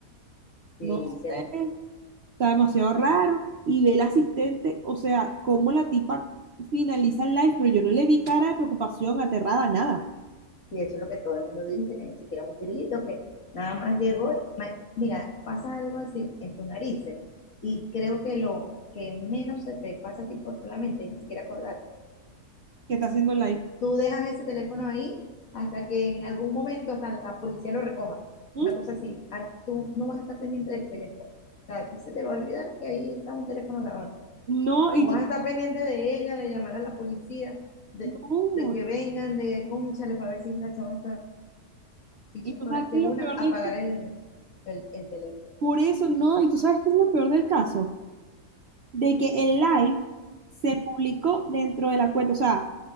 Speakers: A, on the left (about 60°); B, on the right (about 55°).
A: sí,
B: no
A: que
B: sé, está demasiado raro. Y ve el asistente, o sea, cómo la tipa finaliza el live, pero yo no le vi cara de preocupación, aterrada, nada.
A: Y eso es lo que todo el mundo dice, que ni siquiera un grito, que nada más llegó. y- ma- Mira, pasa algo así en tus narices y creo que lo que menos se te pasa a ti por la mente es ni siquiera acordar.
B: ¿Qué está haciendo el live?
A: Tú dejas ese teléfono ahí hasta que en algún momento hasta la policía lo recoja.
B: ¿Mm?
A: Una cosa así, Ah, tú no vas a estar pendiente del teléfono. O sea, a ti se te va a olvidar que ahí está un teléfono grabando.
B: No,
A: Tú
B: y
A: vas
B: tú,
A: a estar pendiente de ella, de llamar a la policía, de,
B: no,
A: de que vengan, de cónchale para ver si la chama está y
B: y
A: se
B: tú
A: fue
B: sabes qué
A: de
B: es
A: una
B: lo peor
A: a
B: del
A: apagar
B: caso.
A: el, el, el teléfono.
B: Por eso, no, y tú sabes qué es lo peor del caso. De que el live se publicó dentro de la cuenta, o sea,